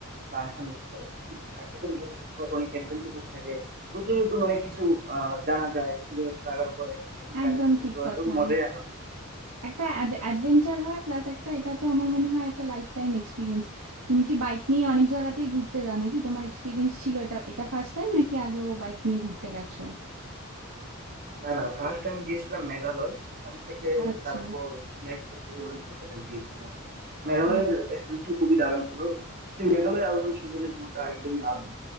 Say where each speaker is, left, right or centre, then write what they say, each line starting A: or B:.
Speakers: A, on the right; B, on the right.
A: গান শুনে যাচ্ছি। কিন্তু বাইকে করে গেলে কি হয়, অনেক অ্যাডভেঞ্চারাস থাকে নতুন নতুন অনেক কিছু আহ, জানা যায় কিভাবে স্ট্রাগল করে তুমি একটা
B: একদম
A: জায়গা পৌঁছে
B: ঠিক
A: যাওয়া
B: কথা
A: এটা মজাই আলাদা।
B: একটা অ্যাডভেঞ্চার হয় প্লাস একটা এটা তো আমার মনে হয় একটা লাইফ টাইম এক্সপিরিয়েন্স তুমি কি বাইক নিয়ে অনেক জায়গাতেই ঘুরতে যাও নাকি তোমার এক্সপিরিয়েন্স ছিল এটা এটা ফার্স্ট টাইম নাকি আগেও বাইক নিয়ে ঘুরতে গেছো
A: না না ফার্স্ট আমি গিয়েছিলাম মেঘালয় ওখান থেকে
B: আচ্ছা
A: তারপর নেক্সট গিয়েছিলাম আর কি। মেঘালয়ের
B: আর
A: এক্সপিরিয়েন্স খুবই দারুণ ছিল কিন্তু মেঘালয় আর অরুণাচল প্রদেশ দুটো একদমই আলাদা